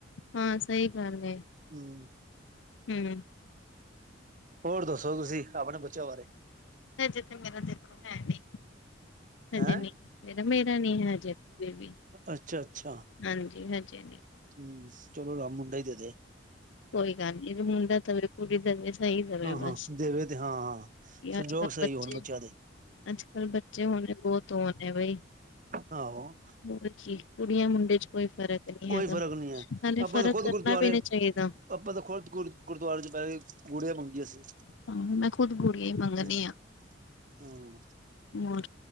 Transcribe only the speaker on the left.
ਹਾਂ ਸਹੀ ਗੱਲ ਏ।
ਹੂੰ
ਫ ਜਿੱਥੇ ਮੇਰਾ ਦੇਖੋ ਹੈ ਨਹੀਂ ਹਜੇ
ਨਹੀਂ ਮੇਰਾ ਨੀ ਹੈ ਹਜੇ ਵੀ
ਹਾਂਜੀ-ਹਾਂਜੀ-ਹਾਂਜੀ
ਕੋਈ ਗੱਲ ਇਹ ਮੁੰਡਾ <unintelligible> ਕੁੜੀ ਦਵੇ ਸਹੀ ਦਵੇ
ਬਸ
ਅੱਜ ਕੱਲ੍ਹ
ਬੱਚੇ
ਅੱਜ ਕੱਲ੍ਹ ਬੱਚੇ ਹੋਣੇ ਬਹੁਤ ਓ ਣੇ ਬਈ
ਬਹੁਤ ਅੱਛੀ ਕੁੜੀਆਂ ਮੁੰਡੇ ਚ ਕੋਈ ਫਰਕ ਨਹੀਂ
ਹੈਗਾ
ਨਾਲੇ
ਫ਼ਰਕ
ਕਰਨਾ
ਵੀ ਨਹੀਂ ਚਾਹੀਦਾ
ਹਾਂ ਮੈਂ ਖੁਦ ਗੋੜੀਆਂ ਹੀ ਮੰਗਣੀ
ਆ
ਹੋਰ